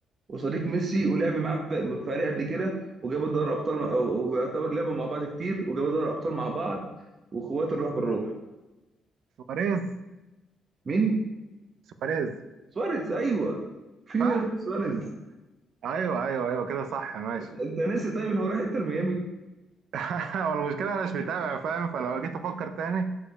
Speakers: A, on the right; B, on the right.
A: وصديق ميسي ولعب معاه في في فريق قبل كده وجابوا دوري ابطال مع- ويعتبر لعبوا مع بعض كتير وجابوا دوري ابطال مع بعض واخوات الروح بالروح
B: سواريز
A: مين
B: سواريز
A: سواريز ايوه في
B: صح
A: مين غير سواريز
B: ايوه ايوه ايوه كده صح ماشي
A: انت أنت ناسي طيب ان هو راح انتر ميامي
B: <laughs> هو المشكله انا مش متابع فاهم فلو جيت افكر تاني